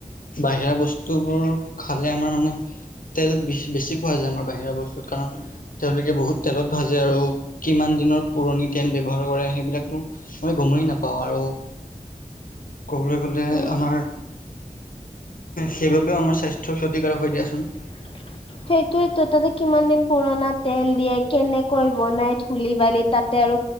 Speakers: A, on the left; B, on the left.
A: বাহিৰা বস্তুবোৰ খালে আমাৰ মানে তেলত বেছ বেছি পোৱা যায় আমাৰ বাহিৰা বস্তুত কাৰণ তেওঁলোকে বহুত তেলত ভাজে আৰু কিমান দিনৰ পুৰণি তেল ব্যৱহাৰ কৰে সেইবিলাকতো আমি গমেই নাপাওঁ আৰু ক'বলৈ গ'লে
B: উম
A: আমাৰ সেইবাবেও আমাৰ স্বাস্থ্যৰ ক্ষতিকাৰক হৈ দিয়াচোন।
B: <unintelligible> সেইটোয়েতো তাতে কিমান দিন পুৰণা তেল দিয়ে কেনেকৈ বনাই ধূুলি বালি তাতে আৰু